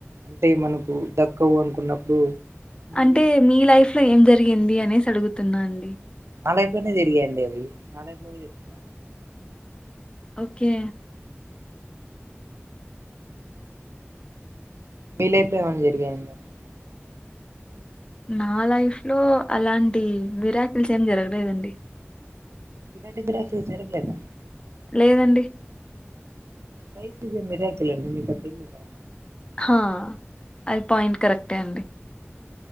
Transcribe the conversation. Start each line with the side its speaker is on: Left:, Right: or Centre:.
Right: అంటే మనకు దక్కవు అనుకున్నప్పుడు మరి
Left: అంటే మీ లైఫ్ లో ఏం జరిగింది అనేసి అడుగుతున్న అండి?
Right: నాలైఫ్ లోనే జరిగాయండి అవి నాలైఫ్లో నే
Left: ఓకే
Right: మీలైఫ్లో ఏమన్నా జరిగాయండి అవి?
Left: నా లైఫ్ లో అలాంటి మీరాకిల్స్ ఏం జరగలేదండి.
Right: ఇలాంటిది అసలు జరగలేదుగా
Left: లేదండి
Right: మీకు జరిగిన మిరాకిల్ అండి మీకు అది తెలీదా?
Left: హ అది పాయింట్ కరెక్టే అండి.